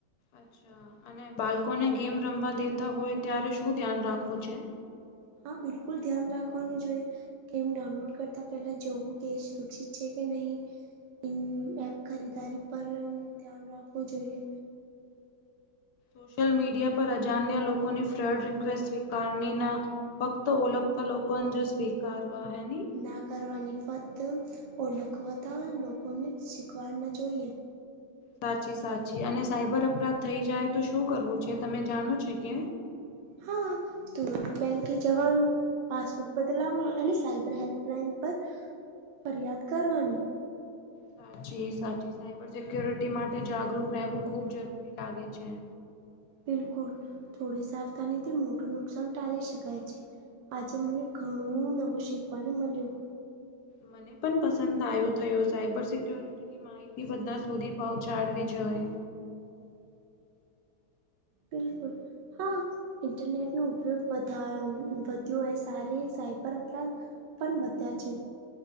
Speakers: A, on the left; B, on the right.
A: અચ્છા અને બાલકોને ગેમ રમવા દેતા હોય ત્યારે શું ધ્યાન રાખવું છે?,
B: હા બિલકુલ ધ્યાન રાખવાનું છે, ગેમ ડાઉનલોડ કરતાં પહેલા જોવું કે એ સુરક્ષિત છે કે નહીં, ઇન એપ ખરીદારી પર ધ્યાન રાખવું જોઈએ.,
A: સોશિયલ મીડિયા પર અજાણ્યા લોકોની ફ્રેન્ડ રિક્વેસ્ટ સ્વીકારવી નહી, ફક્ત ઓળખતા લોકોની જ સ્વીકારવા ની,
B: ના કરવાની ફક્તઓળખતા લોકોની સ્વીકારવી જોઈએ.,
A: સાચી સાચી, અને સાયબર અપરાધ થઈ જાય તો શું કરવું છે તમે જાણો છો કે?,
B: હા. તરત બેંકે જવાનું., પાસવોર્ટ બદલાવો અને સાયબર હેલ્પલાઇન પર ફરિયાદ કરવાની.,
A: સાચી સાચી સાયબર સિક્યોરિટી માટે જાગૃત રહેવું ખૂબ જરૂરી લાગે છે.,
B: બિલકુલ! થોડી સાવધાનીથી મોટું નુકસાન ટાલી શકાય છે., આજે મને ઘણું નવું શીખવાને મળ્યું.,
A: મને પણ પસંદ આવ્યો થયો, સાયબર સિક્યોરિટી -, ની માહિતી બધા સુધી પહોંચાડવી જોઈએ.,
B: બિલકુલ., હા. ઇન્ટરનેટ નો ઉપયોગ વધા વધ્યો એય સારી સાયબર અપરાધ, - પણ વધ્યા છે.,